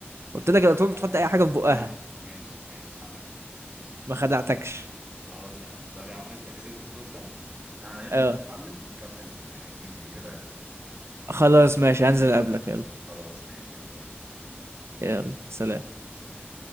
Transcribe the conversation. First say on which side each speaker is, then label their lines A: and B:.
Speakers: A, on the right (about 90°); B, on the right (about 25°).
A: قلت لك الأطفال
B: آه
A: بتحط أي حاجة في بقها
B: ماشي ماشي ماشي عندك حق ماشي
A: ما خدعتكش
B: خلاص يا عم طب يا عم انت كسبت الدور ده تعال ننزل
A: اه
B: نتعلم ونكمل آه، الجيم دي ايه رأيك؟
A: خلاص ماشي هنزل أقابلك يلا
B: خلاص ماشي يلا بينا
A: يلا سلام
B: سلام